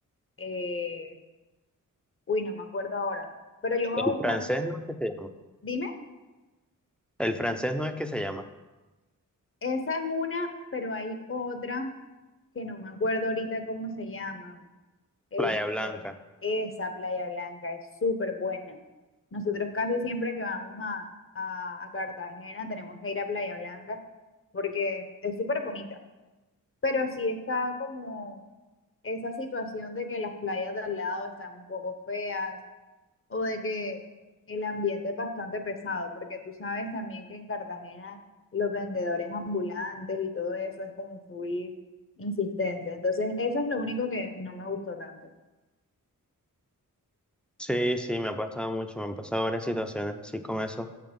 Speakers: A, on the left (about 40°); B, in the centre.
A: eh, uy, no me acuerdo ahora, pero yo voy
B: El
A: a buscar,
B: francés no es que se llama,
A: dime,
B: el francés no es que se llama
A: esa es una, pero hay otra que no me acuerdo ahorita cómo se llama. Esto,
B: Playa Blanca.
A: esa Playa Blanca es súper buena. Nosotros casi siempre que vamos a, a, a Cartagena tenemos que ir a Playa Blanca porque es súper bonita. Pero sí está como esa situación de que las playas de al lado están un poco feas o de que el ambiente es bastante pesado, porque tú sabes también que en Cartagena los vendedores ambulantes y todo eso es como full insistente. Entonces, eso es lo único que no me gustó tanto.
B: Sí, sí, me ha pasado mucho, me han pasado varias situaciones así con eso,